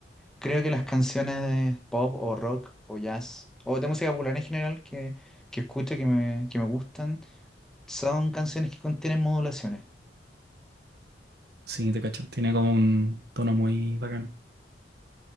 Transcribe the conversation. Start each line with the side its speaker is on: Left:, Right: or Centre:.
Centre: Creo que las canciones de pop o rock o jazz o de música popular en general que, que escucho, que me, que me gustan, son canciones que contienen modulaciones.
Right: Sí, te cacho. Tiene como un tono muy bacán.